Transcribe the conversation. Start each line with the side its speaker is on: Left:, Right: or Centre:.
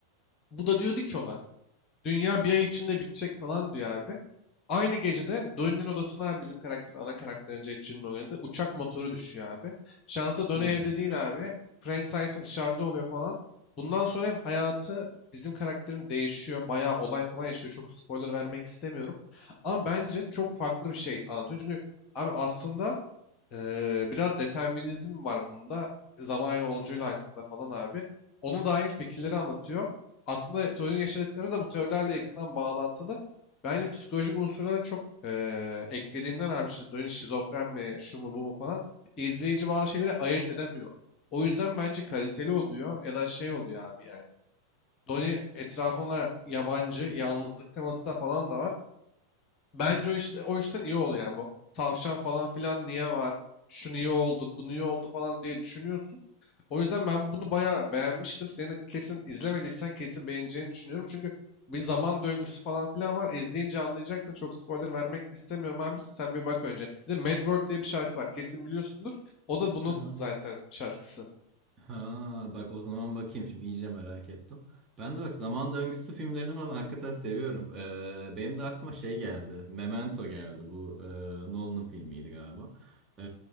Left: Bu da diyordu ki ona. Dünya bir ay içinde bitecek falan diyor abi. Aynı gecede Donnie'nin odasına abi bizim karakterin ana karakterin Jetçi'nin oynadığı uçak motoru düşüyor abi. Şansa Donnie
Right: Hı.
Left: evde değil abi. Frank sayesinde dışarıda oluyor falan. Bundan sonra hep hayatı bizim karakterin değişiyor. Bayağı olay falan yaşıyor. Çok spoiler vermek istemiyorum. Ama bence çok farklı bir şey anlatıyor. Çünkü abi aslında eee, biraz determinizm var bunda. Zaman yolculuğuyla hakkında falan abi. Ona dair fikirleri anlatıyor aslında çocuğun yaşadıkları da bu teorilerle yakından bağlantılı. Bence psikolojik unsurlara çok eee, eklediğinden abi şizofreni, şizofren mi, şu mu bu mu falan izleyici bazı şeyleri ayırt edemiyor. O yüzden bence kaliteli oluyor ya da şey oluyor abi yani. Donnie etrafına yabancı, yalnızlık teması da falan da var. Bence o işte o işten iyi oluyor yani bu tavşan falan filan niye var? Şu niye oldu? Bu niye oldu falan diye düşünüyorsun. O yüzden ben bunu bayağı beğenmiştim. Senin de kesin izlemediysen kesin beğeneceğini düşünüyorum. Çünkü bir zaman döngüsü falan filan var. İzleyince anlayacaksın. Çok spoiler vermek de istemiyorum abi. Sen bir bak önce. Bir de Mad World diye bir şarkı var. Kesin biliyorsundur. O da bunun
Right: Aha.
Left: zaten şarkısı.
Right: Ha bak o zaman bakayım şimdi iyice merak ettim. Ben de bak zaman döngüsü filmlerini falan hakikaten seviyorum. Ee, benim de aklıma şey geldi. Memento geldi. Bu e, Nolan'ın filmiydi galiba. Ee,